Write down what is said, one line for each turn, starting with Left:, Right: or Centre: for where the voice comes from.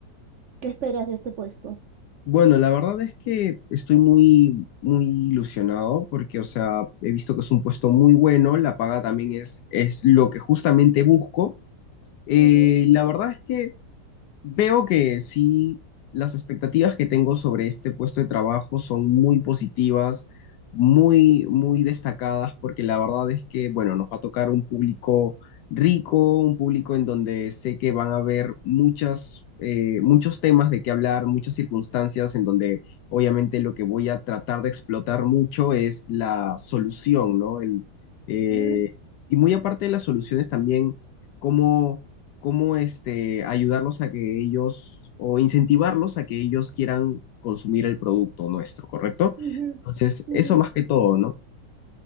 Right: qué esperas de este puesto.
Left: Bueno, la verdad es que estoy muy, muy ilusionado porque, o sea, he visto que es un puesto muy bueno, la paga también es, es lo que justamente busco. Eh,
Right: Ujú,
Left: la verdad es que Veo que sí, las expectativas que tengo sobre este puesto de trabajo son muy positivas, muy, muy destacadas, porque la verdad es que, bueno, nos va a tocar un público rico, un público en donde sé que van a haber muchas, eh, muchos temas de qué hablar, muchas circunstancias, en donde obviamente lo que voy a tratar de explotar mucho es la solución, ¿no? El, eh,
Right: ujú,
Left: y muy aparte de las soluciones también, cómo cómo este, ayudarlos a que ellos o incentivarlos a que ellos quieran consumir el producto nuestro, ¿correcto?
Right: ujú,
Left: Entonces, eso
Right: ujú,
Left: más que todo, ¿no?